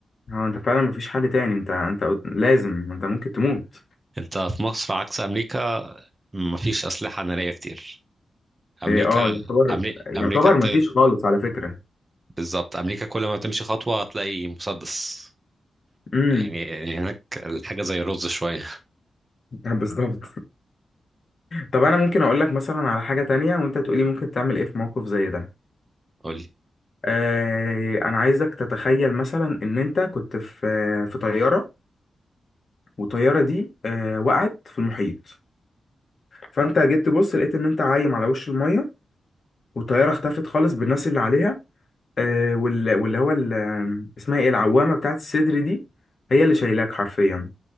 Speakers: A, on the left (about 45°); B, on the right (about 25°).
A: هو انت فعلا مفيش حل تاني انت انت قلت- لازم انت ممكن تموت
B: انت في مصر عكس امريكا مفيش اسلحة نارية كتير امريكا
A: ايه اه يعتبر
B: أمري...
A: يعتبر
B: امريكا انت
A: مفيش خالص على فكرة
B: بالظبط امريكا كل ما تمشي خطوه هتلاقي مسدس
A: امم
B: يعني هناك الحاجه زي الرز شويه
A: <laughs> بالظبط طب انا ممكن اقول لك مثلا على حاجة تانية وانت تقولي ممكن تعمل ايه في موقف زي ده
B: قول لي
A: آه انا عايزك تتخيل مثلا ان انت كنت في في طيارة والطيارة دي آه وقعت في المحيط فانت جيت تبص لقيت ان انت عايم على وش المية والطيارة اختفت خالص بالناس اللي عليها آه، وال- واللي هو ال- آه، اسمها ايه العوامة بتاعت الصدر دي هي اللي شايلاك حرفيا